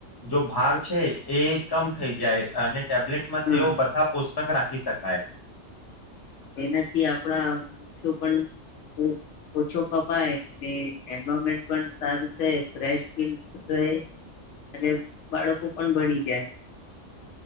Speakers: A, on the left; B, on the left.
A: જો ભાર છે એ કમ થઈ જાય અને. ટેબ્લેટમાં
B: હા
A: તેઓ બધા. પુસ્તક રાખી શકાય
B: એનાથી આપણા વૃક્ષો પણ ઓછો કપાય અને એવામેન્ટ પણ સારું છે ફ ફ અને બાળકો પણ ભળી જાય